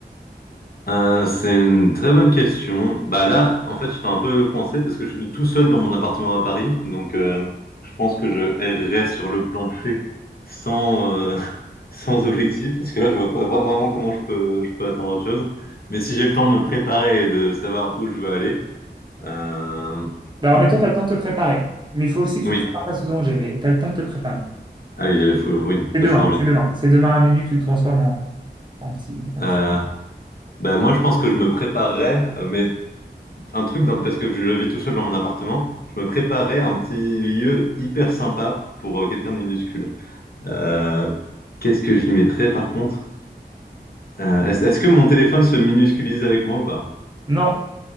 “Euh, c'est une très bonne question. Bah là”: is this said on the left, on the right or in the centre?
Left